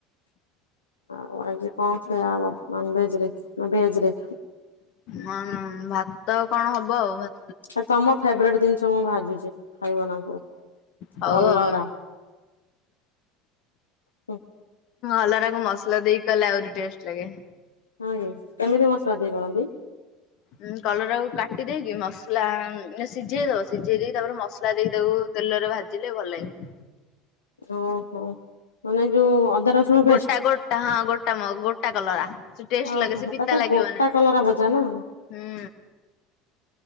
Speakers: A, on the left; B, on the left.
A: ଆଉ ଆଜି କଣ ଖିଆ ହେବ ନନଭେଜରେ ନା ଭେଜରେ?
B: ହ ଭାତ କଣ ହବ ଆଉ ଭା
A: ଆ ତମ ଫେବରଟ ଜିନିଷ ମୁଁ ଭାଜୁଛି ଖାଇବନା କଣ
B: ହଉ
A: କଲରା।
B: ଆଉ
A: ହୁଁ,
B: ଅଲରାକୁ ମସଲା ଦେଇକି କଲେ ଆହୁରି ଟେଷ୍ଟ ଲାଗେ।
A: ହଁ ଏ କେମିତି ମସଲା ଦେଇ କରନ୍ତି?
B: ହଁ କଲରାକୁ କାଟି ଦେଇକି ମସଲା ସିଝେଇ ଦବ ସିଝେଇ ଦେଇ ତାପରେ ମସଲା ଦେଇ ତାକୁ ତେଲରେ ଭାଜିଲେ ଭଲ ଲାଗେ।
A: ଓହୋ। ମାନେ ଯୋଉ ଅଦା ରସୁଣ ପେଷ୍ଟ
B: ଗୋଟା ଗୋଟା ହଁ ଗୋଟା ଗୋଟା କଲରା। ଟେଷ୍ଟ
A: ଓହୋ
B: ଲାଗେ ସେ
A: ସେଟା
B: ପିତା
A: ତ
B: ଲାଗିବନି
A: ଗୋଟା କଲରା ଭଜା ନା ହଁ।
B: ହୁଁ।